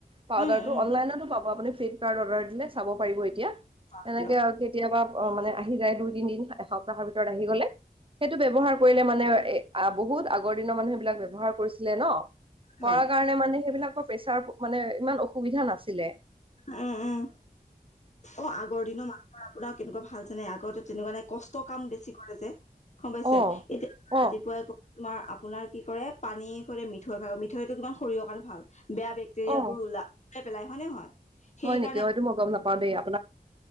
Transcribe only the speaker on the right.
পাউডাৰটো
অনলাইনতো পাব আপুনি ফ্লিপকাৰ্ট অৰ্ডাৰ মানে চাব পাৰিব এতিয়া,
এনেকে
কেতিয়াবা অ মানে আহি যায় দুই তিন দিন আ সপ্তাহৰ ভিতৰত আহি গলে, সেইটো ব্যৱহাৰ কৰিলে মানে এ বহুত আগ আগৰ দিনৰ মানুহ সেইবিলাক ব্যৱহাৰ কৰিছিলে ন,
কৰা কাৰণে মানে সেইবিলাক প্ৰেছাৰ মানে ইমান অসুবিধা নাছিলে।
অ
অ
অ
হয় নেকি অ এইটো মই গম নাপাওঁ দেই আ